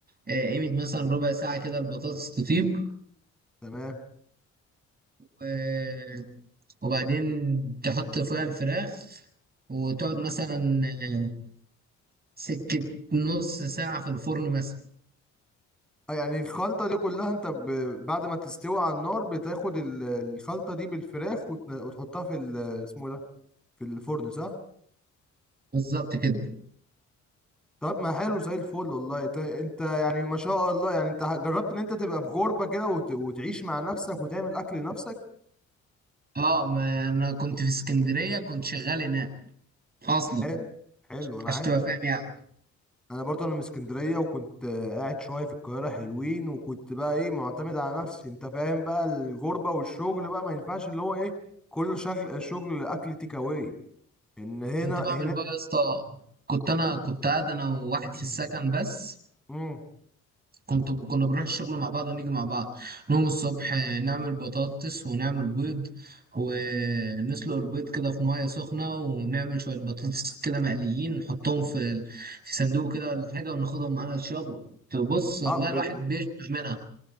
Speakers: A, on the right; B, in the centre.
A: آه، قيمة مثلا ربع ساعة كده البطاطس تطيب
B: تمام
A: و- وبعدين تحط فيها الفراخ وتقعد مثلا آه، سكة نص ساعة في الفرن مثلا
B: اه يعني الخلطه دي كلها انت ب... بعد ما تستوي على النار بتاخد ال- الخلطه دي بالفراخ وتن... وتحطها في ال... اسمه ده في الفرن صح
A: بالظبط كده
B: طب ما حلو زي الفل والله انت انت يعني ما شاء الله يعني انت جربت ان انت تبقى في غربة كده وت... وتعيش مع نفسك وتعمل اكل لنفسك
A: اه ما انا كنت في اسكندرية كنت شغال هناك اصلا
B: حلو حلو انا
A: عشان
B: عاي...
A: تبقى فاهم يعني
B: انا برضو انا من اسكندريه وكنت آه، قاعد شويه في القاهره حلوين وكنت بقى ايه معتمد على نفسي انت فاهم بقى الغربه والشغل بقى ما ينفعش اللي هو ايه كله شغل شغل اكل تيك اواي ان هنا
A: كنت بعمل
B: هنا
A: بقى يا اسطى كنت انا كنت قاعد انا وواحد
B: <clears throat>
A: في السكن بس
B: مم.
A: كنت كنا بنروح الشغل مع بعض ونيجي مع بعض نقوم الصبح آه، نعمل بطاطس ونعمل بيض ونسلق البيض كده في ميه سخنه ونعمل شويه بطاطس كده مقليين نحطهم في ال- في صندوق كده ولا حاجه وناخدهم معانا الشغل تبص والله
B: اه ب...
A: الواحد بيشبع منها